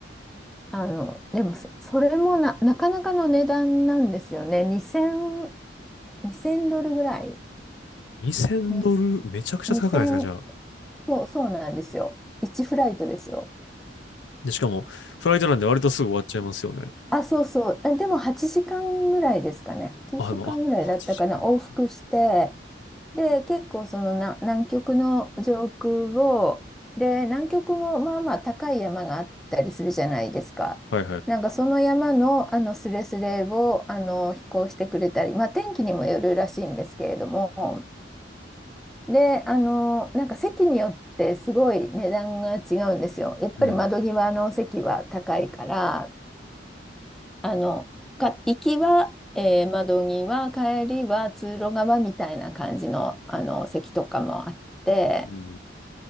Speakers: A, in the centre; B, on the left.
A: あの、でもそ、それもな、なかなかの値段なんですよね。2000、にせんドルぐらい。
B: い。2000ドル、
A: に
B: めちゃくちゃ高くないですかじゃあ。
A: 2 0そう、そうなんですよ。1フライトですよ。
B: で、しかも、フライトなんで割とすぐ終わっちゃいますよね。
A: あ、そうそう。あでも8時間ぐらいですかね。8時間ぐらいだったかな。
B: あ、でも、あ、8時間かんか。
A: 往復して、で、結構そのな南極の上空を、で、南極もまあまあ高い山があったりするじゃないですか。
B: はいはい。
A: なんかその山の、あのスレスレをあの飛行してくれたり、まあ、天気にもよるらしいんですけれども、で、あのなんか席によってすごい値段が違うんですよ。やっぱり窓際の席は高いから。
B: うん。
A: あの、か、行きは、えー窓際、帰りは通路側みたいな感じの、あの席とかもあって、
B: うん。